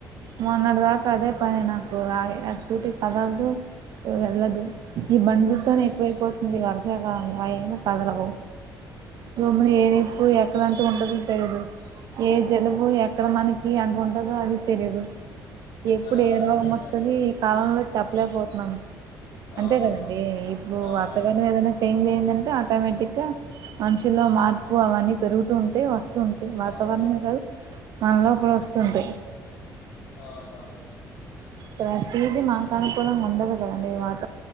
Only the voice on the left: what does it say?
ఆ
అండి
ఆ
అదే
కదండి
అవును
అవునండి
అవును
అవునవును